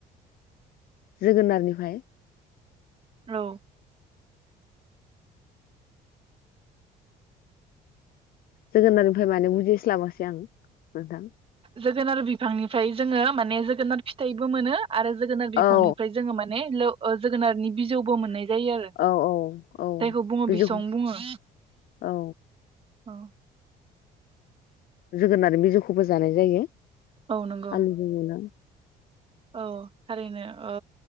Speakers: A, on the left; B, on the right.
A: जोगोनारनिफ्राय
B: औ
A: जोगोनारनिफ्राय माने बुजिस्लाबासै आं नोंथां
B: जोगोनार बिफांनिफ्राय जोंङो माने जोगोनार फिथाइबो मोनो आरो जोगोनार बिफांनिफ्राय
A: औ
B: जोंङो माने ल अ जोगोनारनि बिजौबो मोननाय जायो आरो
A: औ औ औ
B: जायखौ बुंङो
A: बिजौ
B: बिसं बुंङो
A: औ
B: औ
A: जोगोनार बिजौखौबो जानाय जायो।
B: औ नंगौ
A: आलुजों एवना
B: औ थारैनो ओ